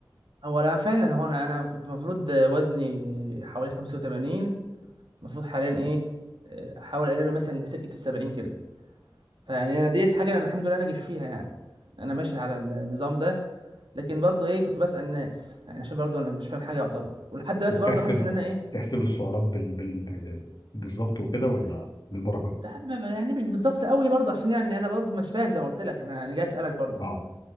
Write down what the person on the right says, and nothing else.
هو انا فعلا هو انا انا كنت المفروض وزني حوالي 85 المفروض حاليا ايه آه، احاول اقلله مثلا لسكة السبعين كده فيعني انا ديت حاجة انا الحمد لله ناجح فيها يعني انا ماشي على النظام ده لكن برضو ايه كنت بسأل ناس يعني عشان برضو انا مش فاهم حاجة يعتبر ولحد دلوقتي
برضو حاسس ان انا ايه
لا ما- ما- يعني مش بالظبط قوي برضو عشان يعني انا برضو مش فاهم زي ما قلت لك انا انا جاي اسألك برضو